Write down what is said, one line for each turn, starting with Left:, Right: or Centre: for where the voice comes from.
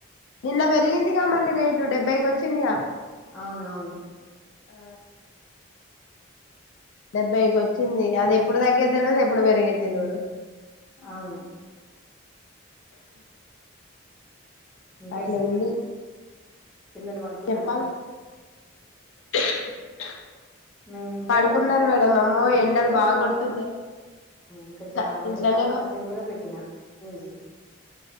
Left: నిన్న పెరిగిందిగా మళ్ళీ రేటు డెబ్బైకి వచ్చిందిగా,
Centre: అవునవును
Left: ఆ డెబ్బైకి వచ్చింది అది ఎప్పుడు. తగ్గే తెల్వద్ ఎప్పుడు పెరిగేది తెలివదు,
Centre: అవును ఇంకా
Left: అట్లా
Centre: ఎ సంగతి,
Left: ఉంది
Centre: పిల్లలు పడుకున్నార
Left: చెప్పాలి
Centre: మరి,
Left: <unintelligible>
Centre: మేమి ఇంకా
Left: పడుకున్నారు
Centre: రకరక.
Left: మేడం అమ్మో
Centre: ఇదే
Left: ఎండలు
Centre: పచ్చడి
Left: బాగా
Centre: కాదు
Left: కొడుతున్నాయి
Centre: ఇంకా
Left: ఇంట్లా
Centre: జ మిరప
Left: ఇంట్లోనే
Centre: పండ్ల పచ్చడి కూడా పెట్టినా కేజీ,